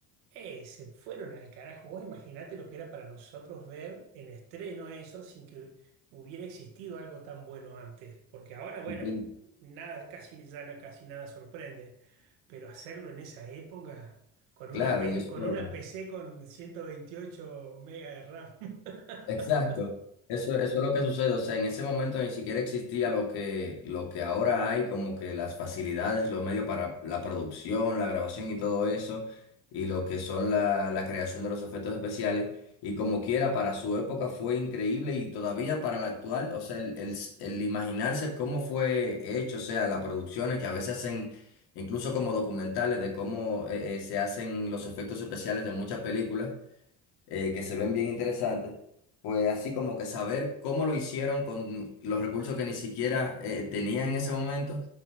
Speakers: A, on the right (about 85°); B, on the left (about 70°).
A: Eh, se fueron al carajo. Vos imaginate lo que era para nosotros ver en estreno eso sin que hubiera existido algo tan bueno antes. Porque ahora, bueno,
B: Y que-
A: nada, casi, ya no- casi nada sorprende. Pero hacerlo en esa época, con
B: claro,
A: una, P-
B: y eso.
A: con una PC con 128 megas de RAM.
B: Exacto.
A: <laughs>
B: Eso, eso es lo que sucede. O sea, en ese momento ni siquiera existía lo que, lo que ahora hay, como que las facilidades, los medios para la producción, la grabación y todo eso, y lo que son la, la creación de los efectos especiales. Y como quiera, para su época fue increíble y todavía para la actual, o sea, el, el, el imaginarse cómo fue hecho, o sea, las producciones que a veces hacen, incluso como documentales de cómo eh, eh, se hacen los efectos especiales de muchas películas eh, que se ven bien interesantes, pues así como que saber cómo lo hicieron con los recursos que ni siquiera eh, tenían en ese momento